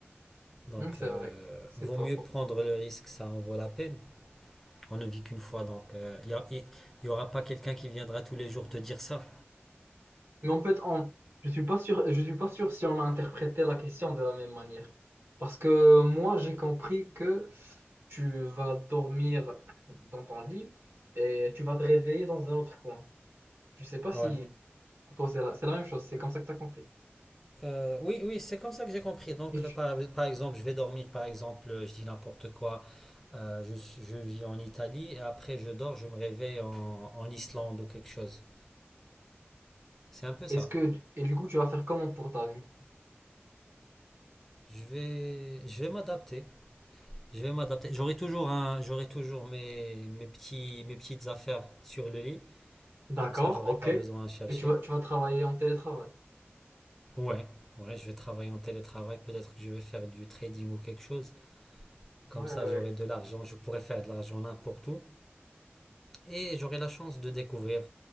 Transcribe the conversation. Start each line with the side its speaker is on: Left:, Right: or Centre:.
Centre: Donc,
Right: Hmm, C'est
Centre: euh,
Right: vrai. C'est
Centre: vaut
Right: pas
Centre: mieux
Right: faux.
Centre: prendre le risque, ça en vaut la peine. On ne vit qu'une fois, donc il euh, n'y aura pas quelqu'un qui viendra tous les jours te dire ça.
Right: Mais en fait, on, je suis pas sûr, je suis pas sûr si on a interprété la question de la même manière. Parce que moi, j'ai compris que tu vas dormir dans ton lit et tu vas te réveiller dans un autre coin. Je sais pas si
Centre: Ouais.
Right: pour toi, c'est la, c'est la même chose. C'est comme ça que tu as compris.
Centre: Euh, oui, oui, c'est comme ça que j'ai compris. Donc,
Right: Et
Centre: euh,
Right: tu-
Centre: par, par exemple, je vais dormir, par exemple, euh, je dis n'importe quoi, euh, je, je vis en Italie et après je dors, je me réveille en, en Islande ou quelque chose. C'est un peu ça.
Right: est-ce que, et du coup, tu vas faire comment pour ta vie?
Centre: Je vais, je vais m'adapter. Je vais m'adapter. J'aurai toujours un, j'aurai toujours mes, mes petits, mes petites affaires sur le lit.
Right: D'accord,
Centre: Comme ça, j'aurai
Right: ok.
Centre: pas besoin à chercher.
Right: Et tu vas, tu vas travailler en télétravail.
Centre: Ouais, ouais, je vais travailler en télétravail. Peut-être que je vais faire du trading ou quelque chose. Comme
Right: Ouais,
Centre: ça,
Right: ouais, ouais.
Centre: j'aurai de l'argent. Je pourrai faire de l'argent n'importe où. Et j'aurai la chance de découvrir.